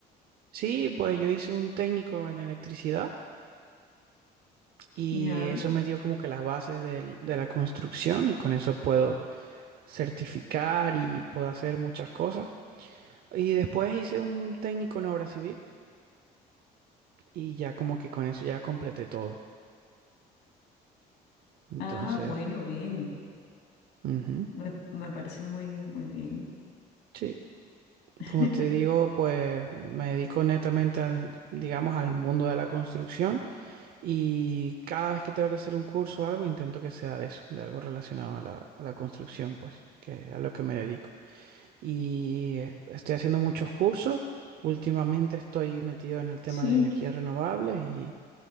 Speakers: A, on the right; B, on the left.
A: sí, pues yo hice un técnico en electricidad y
B: Ya.
A: eso me dio como que las bases del- de la construcción y con eso puedo certificar y puedo hacer muchas cosas. Y después hice un técnico en obra civil y ya como que con eso ya completé todo. Entonces,
B: Ah, bueno, bien.
A: ujú,
B: Me, me parece muy, muy bien.
A: Sí,
B: <laughs>
A: como te digo, pues me dedico netamente al, digamos, al mundo de la construcción. Y cada vez que tengo que hacer un curso o algo, intento que sea de eso, de algo relacionado a la, a la construcción, pues, que es a lo que me dedico. Y eh, estoy haciendo muchos cursos. Últimamente estoy metido en el tema
B: Sí,
A: de energías renovables y,